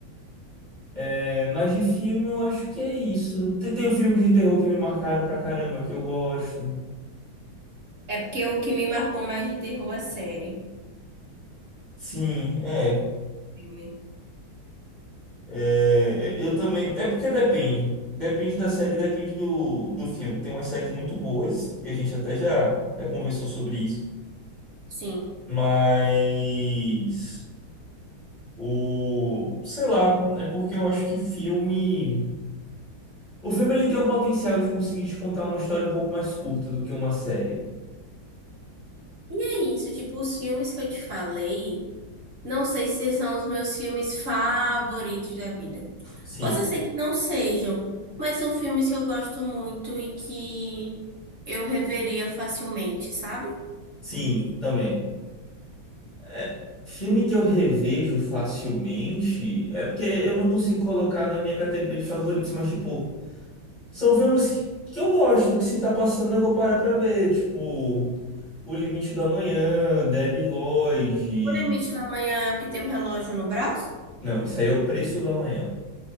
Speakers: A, on the left (about 20°); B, on the right (about 40°).
A: É, mas de filme eu acho que é isso. Tem, tem filmes de terror que me marcaram pra caramba, que eu gosto.
B: É porque o que me marcou mais de terror é série.
A: Sim, é.
B: Hum, Filme.
A: É, é, eu também. É porque depende. Depende da série, depende do, do filme. Tem umas séries muito boas, que a gente até já, já conversou sobre isso.
B: Sim.
A: Mas. O. Sei lá, é porque eu acho que filme. O filme ele tem o potencial de conseguir te contar uma história um pouco mais curta do que uma série.
B: E é isso, tipo, os filmes que eu te falei, não sei se são os meus filmes favoritos da vida.
A: Sim,
B: Posso ser que não sejam, mas são filmes que eu gosto muito e que eu reveria facilmente, sabe?
A: sim, também. É, filme que eu revejo facilmente. É porque eu não consigo colocar na minha categoria de favoritos, mas tipo. São filmes que, que eu gosto, que se tá passando eu vou parar pra ver. Tipo, O Limite do Amanhã, Debi Lloyd.
B: O Limite da Manhã é o que tem o relógio no braço?
A: Não, isso aí é O Preço do Amanhã.